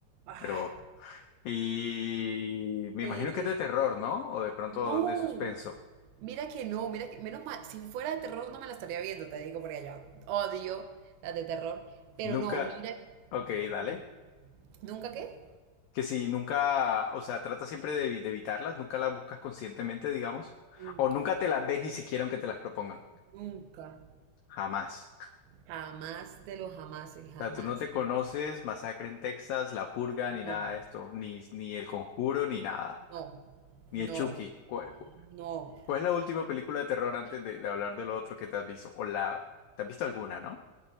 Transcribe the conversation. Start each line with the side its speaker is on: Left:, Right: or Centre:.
Right: ah,
Left: pero... Y me
Right: serie.
Left: imagino que es de terror, ¿no? O de pronto
Right: No.
Left: de suspenso.
Right: Mira que no, mira que, menos mal, si fuera de terror no me la estaría viendo, te digo, porque ya odio las de terror. Pero
Left: Nunca...
Right: no, mira,
Left: Ok, dale.
Right: dime, ¿nunca qué?
Left: Que si nunca, o sea, trata siempre de, evi- de evitarlas, nunca las buscas conscientemente, digamos,
Right: Nunca,
Left: o nunca te las ves ni siquiera aunque te las propongan,
Right: nunca.
Left: jamás.
Right: Jamás de los jamases, jamás,
Left: O sea, tú no te conoces
Right: jamás.
Left: Masacre en Texas, La Purga, ni
Right: No,
Left: nada de esto, ni, ni El Conjuro, ni nada,
Right: no,
Left: ni
Right: no,
Left: el Chucky. ¿Cuál, cu-
Right: no.
Left: cuál es la última película de terror antes de, de hablar de lo otro que te has visto? O la, ¿te has visto alguna, no?